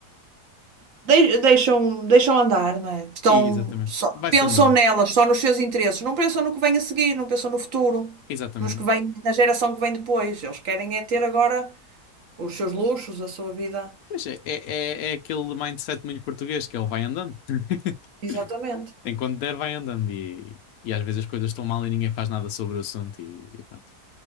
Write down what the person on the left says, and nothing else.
E, Exatamente.
Vai-se
andando.
Exatamente.
Pois é, é, é, é aquele mindset muito português que é o vai andando. <laughs>
Enquanto der, vai andando. E, e às vezes as coisas estão mal e ninguém faz nada sobre o assunto. E, e pronto.